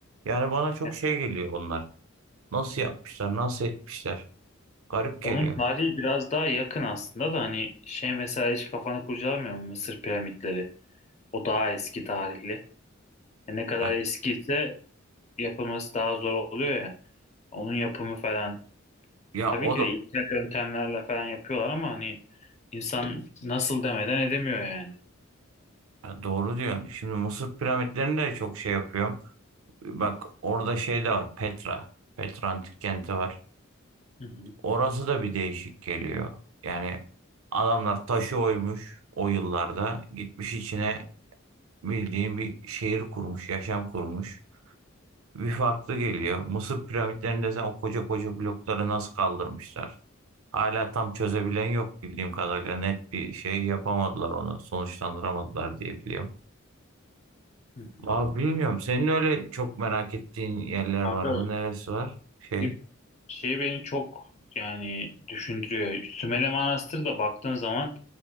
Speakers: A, on the right; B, on the left.
A: Yani bana çok
B: Ya,
A: şey geliyor onlar. Nasıl yapmışlar, nasıl etmişler? Garip geliyor.
B: onun tarihi biraz daha yakın aslında da hani şey mesela hiç kafanı kurcalamıyor mu Mısır piramitleri? O daha eski tarihli. E ne kadar
A: Ya,
B: eskiyse yapılması daha zor oluyor ya. Onun yapımı falan.
A: ya
B: Tabii
A: o
B: ki
A: da
B: de ilkel yöntemlerle falan yapıyorlar ama hani insan nasıl demeden edemiyor yani.
A: Ha, doğru diyorsun. Şimdi Mısır piramitlerinde de çok şey yapıyorum. Bak orada şey de var. Petra. Petra antik kenti var.
B: Hı hı,
A: Orası da bir değişik geliyor. Yani adamlar taşı oymuş o yıllarda. Gitmiş içine bildiğin bir şehir kurmuş, yaşam kurmuş. Bir farklı geliyor. Mısır piramitlerinde sen o koca koca blokları nasıl kaldırmışlar? Hala tam çözebilen yok bildiğim kadarıyla. Net bir şey yapamadılar onu. Sonuçlandıramadılar diye biliyorum.
B: hı hı.
A: Abi bilmiyorum. Senin öyle çok merak ettiğin yerler
B: Kanka
A: var mı? Neresi var? Şey.
B: şey, şey beni çok yani düşündürüyor. Sümele Manastırı da baktığın zaman